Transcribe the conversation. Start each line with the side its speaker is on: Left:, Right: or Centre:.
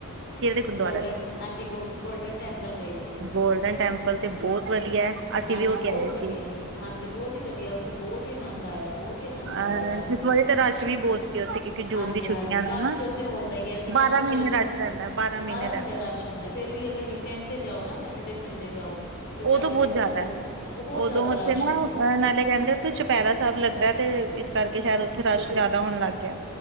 Right: ਕਿਹੜੇ ਗੁਰਦੁਆਰੇ।
Left: ਗੋਲਡਨ ਹਾਂਜੀ ਗੋ ਗੋਲਡਨ ਟੈਂਪਲ ਗਏ ਸੀ।
Right: ਗੋਲਡਨ ਟੈਂਪਲ ਤੇ ਬਹੁਤ ਵਧੀਆ ਅਸੀ
Left: ਹਾਂਜੀ
Right: ਵੀ ਉਹ
Left: ਬਹੁਤ
Right: ਕੇ ਆਏ
Left: ਵਧੀਆ।
Right: ਸੀ।
Left: ਹਾਂਜੀ ਬਹੁਤ ਹੀ ਵਧੀਆ ਉਥੇ ਬਹੁਤ ਹੀ ਆਨੰਦ ਆਇਆ ਬਹੁਤ ਆਨੰਦ ਆਇਆ
Right: ਅਹ
Left: ਜਾ
Right: ਇਸ
Left: ਕੇ
Right: ਵਾਰੀ ਤਾਂ ਰਸ਼ ਵੀ ਬਹੁਤ ਸੀ ਉੱਥੇ ਕਿਉਂਕਿ ਜੂਨ
Left: ਹਾਂਜੀ-
Right: ਦੀ ਛੁੱਟੀਆਂ
Left: ਹਾਂਜੀ
Right: ਨੇ
Left: ਰਸ
Right: ਨਾ।
Left: ਤਾਂ ਉਥੇ ਹੁੰਦਾ ਹੀ ਹੈ। ਕਿ ਨਾ
Right: ਬਾਰਾਂ
Left: ਕੁਛ
Right: ਮਹੀਨੇ ਰਸ਼ ਰਹਿੰਦਾ
Left: ਬਾਰਾਂ
Right: ਰਹਿੰਦਾ
Left: ਮਹੀਨੇ ਰਸ਼ ਹੁਦਾ ਫੇਰ ਵੀ ਅਗਰ ਵੀਕਐਂਡ ਤੇ ਜਾਓ ਨਾ ਸੈਟਰਡੇ ਸੰਡੇ- ਜਾਓ ਤੇ ਸੈਟਰਡੇ
Right: ਉਹਦ ਬਹੁਤ ਜ਼ਿਆਦਾ
Left: ਸੰਡੇ ਬਹੁਤ
Right: ਉਦੋਂ
Left: ਜ਼ਿਆਦਾ
Right: ਉੱਥੇ
Left: ਰਸ਼
Right: ਨਾ ਨਾਲੇ ਕਹਿਦੇ ਉੱਥੇ ਚੁਪੈਰਾ ਸਾਹਿਬ ਸਭ ਲਗਦਾ ਤੇ ਇਸ ਕਰਕੇ ਸ਼ਾਇਦ ਉਥੇ ਰਸ਼ ਜ਼ਿਆਦਾ ਹੋਣ ਲਗ ਗਿਆ।